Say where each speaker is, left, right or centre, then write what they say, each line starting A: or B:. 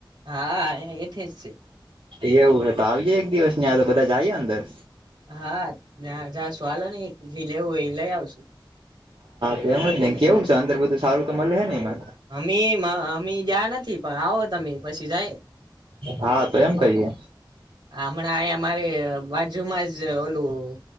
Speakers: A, on the right; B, on the right.
A: હા હેઠે જ છે.
B: એવું હે, તો આવીયે એક દિવસ ન્યા તો બધા જઈએ અંદર
A: હા જાશું હાલોને લેવુંય એ લઈ આવશું.
B: એમજ ને કેવું છે અંદર બધું સારું તો મળે હે નેઇમાં?
A: અમે અમે ગયા નથી પણ આવો તમે પછી જાય.
B: હા તો એમ કરીએ.
A: હમણાં આયા મારે બાજુમાં જ ઓલું